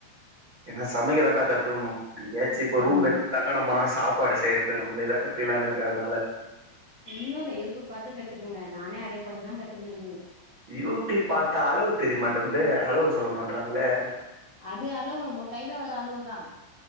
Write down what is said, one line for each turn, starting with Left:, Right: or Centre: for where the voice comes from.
Right: ஏன்னா சமைக்கதாங்கா கத்துக்கணு எங்கயாச்சு இப்ப
Left: ஆமா
Right: ரூம் எடுத்து தங் கனுபோன சாப்பாடு செய்யறது நம்பளேதா கத்துக்லான்னு இருக்கு அதனால
Left: ஒன்னு இல்ல யூடியூப் பாத்து கத்துக்கங்க நானே அதே பாத்துதா கத்துக்கனனே
Right: யூடியூப் பாத்தா அளவு தெரிய மாட்டன்னுதே அளவு சொல்ல மாட்றாங்களே
Left: அது அளவு நம்ம கையில வர அளவுதா